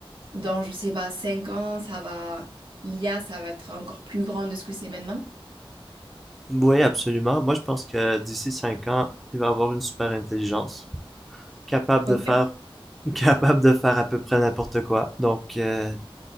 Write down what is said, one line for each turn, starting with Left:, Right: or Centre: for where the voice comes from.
Right: dans, je sais pas, 5 ans, ça va, l'IA, ça va être encore plus grand de ce que c'est maintenant?
Centre: Oui, absolument. Moi, je pense que d'ici 5 ans, il va y avoir une super intelligence capable
Right: Ok.
Centre: de faire <laughs> capable de faire à peu près n'importe quoi. Donc, euh,